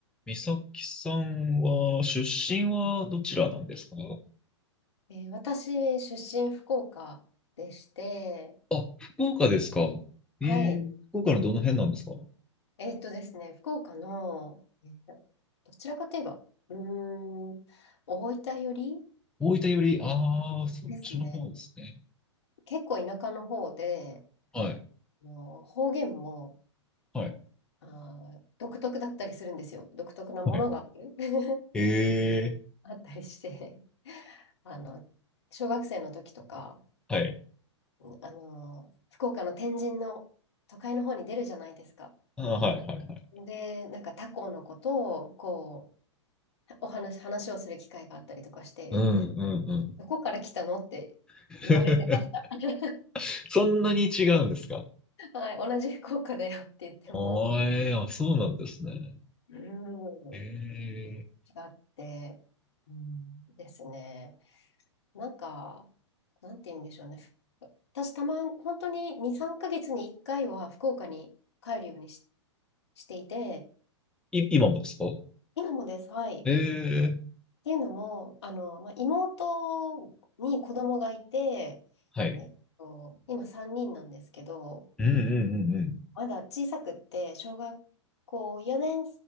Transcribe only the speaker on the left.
えー私、出身福岡でして、
はい。えーっとですね、福岡の、えーどちらかといえば、うーん、大分寄り
ですね。結構田舎の方で、
あの方言も、
あー、独特だったりするんですよ。独特なものがある
<laughs>
あったりして。<laughs> あの、小学生の時とか、
あの、福岡の天神の都会の方に出るじゃないですか。
で、なんか他校のことを、こう、お話、話をする機会があったりとかして、
えどこから来たのって言われてました。
<laughs>
はい、同じ福岡だよって言っても、
うーん、
違って、うんですね。なんか、なんて言うんでしょうね。ふ私、たま、本当に2、3ヶ月に1回は福岡に帰るようにし、していて、
今もです。はい。
っていうのも、あの、まあ、妹に子供がいて、
えっと、今3人なんですけど、
まだ小さくって、小学校4年、